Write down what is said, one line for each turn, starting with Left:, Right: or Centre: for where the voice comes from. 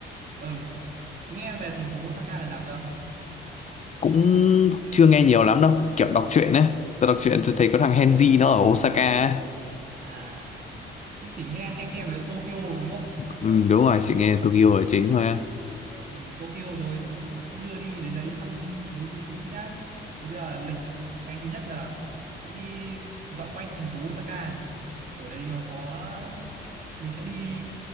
Right: ờ nghe về thành phố Osaka lần nào chưa
Left: cũng chưa nghe nhiều lắm đâu kiểu đọc truyện ấy tôi đọc truyện tôi thấy có thằng Henzi nó ở Osaka á.
Right: à thế chỉ nghe hay nghe về Tokyo đúng không
Left: ừ, đúng rồi chị nghe Tokyo là chính thôi á
Right: ừ, Tokyo rồi cũng sẽ đưa đi đến đấy thăm núi Phú Sĩ nhá thì bây giờ lịch ngày thứ nhất là sẽ đi dạo quanh thành phố Osaka này ở đây nó có mình sẽ đi